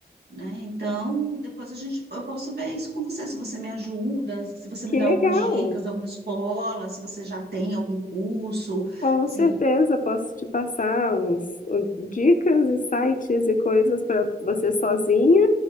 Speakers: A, on the right; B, on the left.
A: né? Então, depois a gente, eu posso ver isso com você, se você me ajuda, se você
B: Que
A: me dá
B: legal!
A: algumas dicas, alguma escola, se você já tem algum curso,
B: Com
A: assim,
B: certeza posso te passar uns, um, dicas e sites e coisas para você sozinha